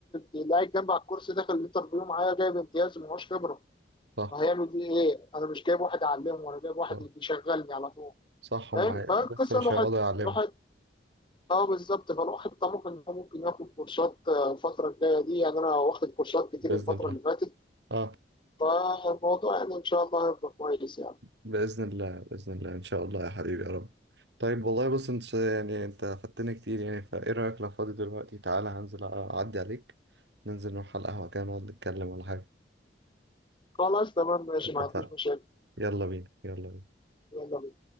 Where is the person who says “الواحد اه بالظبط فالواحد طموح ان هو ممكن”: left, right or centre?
Left